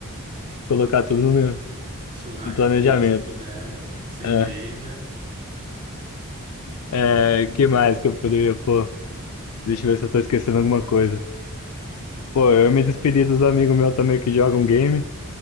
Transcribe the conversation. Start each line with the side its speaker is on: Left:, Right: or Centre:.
Left: colocar tudo no,
Right: Churrasquinho,
Left: no planejamento.
Right: se puder. Cerveja.
Left: É, é, que mais que eu poderia, pô,
Right: <laughs>
Left: deixa eu ver se eu tô esquecendo alguma coisa. Pô, eu me despedi dos amigos meus também que jogam game.